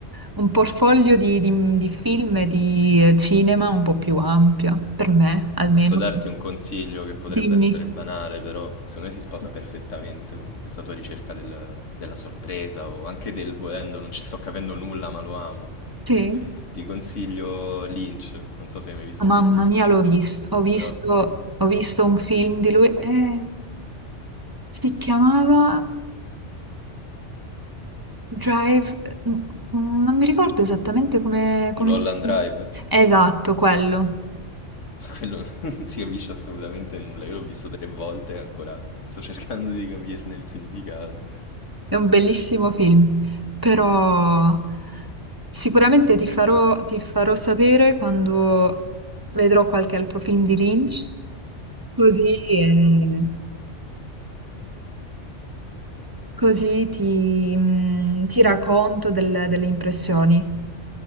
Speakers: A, on the right (about 20°); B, on the left (about 85°).
A: un portfolio di, di- di film e di cinema un po' più ampio, per me almeno.
B: Posso darti un consiglio che potrebbe
A: Dimmi.
B: essere banale, però secondo me si sposa perfettamente con questa tua ricerca del- della sorpresa o anche del volendo, non ci sto capendo nulla, ma lo amo. <laughs>
A: Sì?
B: Ti consiglio Lynch, non so se hai mai visto un
A: Mamma
B: film di,
A: mia,
B: di Lynch,
A: l'ho visto, ho visto,
B: però
A: ho visto un film di lui. Eh. Si chiamava Drive, n- non mi ricordo esattamente come... come-
B: Mulholland Drive,
A: Esatto, quello.
B: ma quello <laughs> non si capisce assolutamente nulla, io l'ho visto tre volte e ancora sto cercando di capirne il significato.
A: È un bellissimo film, però sicuramente ti farò, ti farò sapere quando vedrò qualche altro film di Lynch, così, eh, così ti, mm, ti racconto del- delle impressioni.